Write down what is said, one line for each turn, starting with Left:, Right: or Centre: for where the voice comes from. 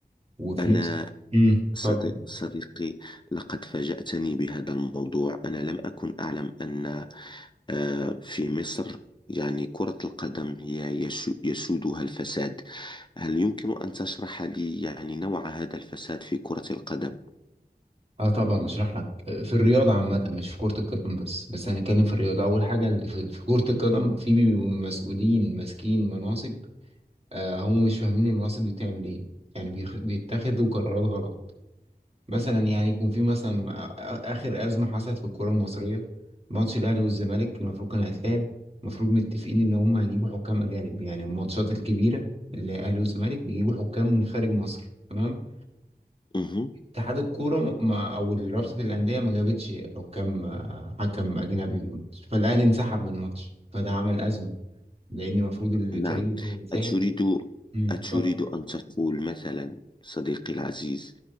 Right: وفي
Left: أنا
Right: نفس امم
Left: صديق
Right: اتفضل
Left: صديقي لقد فاجأتني بهذا الموضوع أنا لم أكن أعلم أن آه، في مصر يعني كرة القدم هي يشو- يسودها الفساد هل يمكن أن تشرح لي يعني نوع هذا الفساد في كرة القدم؟
Right: اه طبعا اشرح لك في الرياضه عامه مش في كره القدم بس بس هنتكلم في الرياضه اول حاجه اللي في في كره القدم في بيبقوا مسؤولين ماسكين مناصب آه هم مش فاهمين المناصب دي بتعمل ايه يعني بيخ- بيتخذوا قرارات غلط مثلا يعني يكون في مثلا آ- اخر ازمه حصلت في الكره المصريه ماتش الاهلي والزمالك المفروض كان هيتلعب المفروض متفقين ان هم هيجيبوا حكام اجانب يعني الماتشات الكبيره اللي هي الاهلي والزمالك بيجيبوا حكام من خارج مصر تمام
Left: مهم.
Right: اتحاد الكورة ما أو رابطة الأندية ما جابتش حكام آه، حكم أجنبي في الماتش فالأهلي انسحب من الماتش فده عمل أزمة لأن المفروض الفريق
Left: نعم
Right: اللي بينسحب
Left: أتريد
Right: امم
Left: أتريد
Right: طب
Left: أن تقول مثلا صديقي العزيز